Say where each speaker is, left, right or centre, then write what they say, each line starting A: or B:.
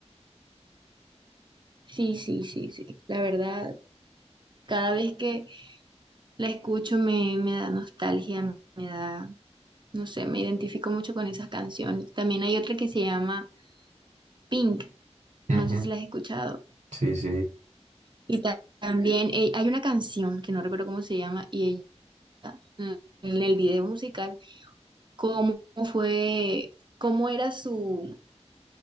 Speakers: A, on the right; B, on the right.
A: Sí, sí, sí, sí. La verdad, cada vez que la escucho me, me da nostalgia, me da, no sé, me identifico mucho con esas canciones. También hay otra que se llama Pink
B: Ujú,
A: No sé si la has escuchado.
B: Sí, sí.
A: Y ta- también eh, hay una canción que no recuerdo cómo se llama y ella, mm, en el video musical, cómo fue, cómo era su,